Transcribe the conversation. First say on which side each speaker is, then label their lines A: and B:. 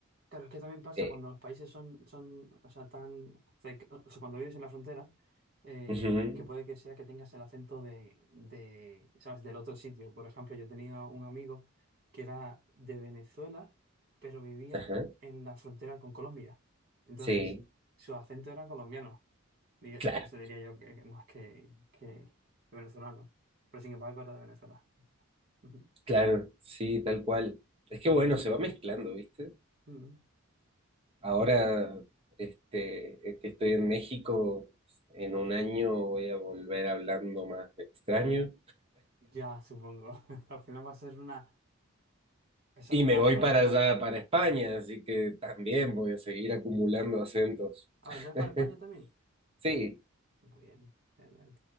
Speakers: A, on the right (about 45°); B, on the right (about 25°).
A: Claro, es que también pasa
B: eh,
A: cuando los países son, son, o sea, tan, cerc- o sea, cuando vives en la frontera, eh,
B: ujú.
A: que puede que sea que tengas el acento de, de, ¿sabes? Del otro sitio. Por ejemplo, yo tenía un amigo que era de Venezuela, pero vivía
B: Ajá.
A: en la frontera con Colombia. Entonces,
B: Sí,
A: su acento era colombiano. Diga-
B: claro,
A: o sea, diría yo que, que más que, que venezolano. Pero sin embargo, era de Venezuela. <laughs> Ujú.
B: claro, sí, tal cual. Es que bueno, se va mezclando, ¿viste?
A: Ujú.
B: Ahora,
A: y
B: este, es que estoy en México, en un año voy a volver hablando más extraño.
A: ya, supongo. <laughs> Al final va a ser una, esa-
B: Y
A: una
B: me voy
A: amalgama
B: para allá,
A: de...
B: para España, así que también voy a seguir acumulando acentos.
A: Ah,
B: <laughs>
A: ¿vendrás para España también?
B: Sí,
A: Muy bien, genial.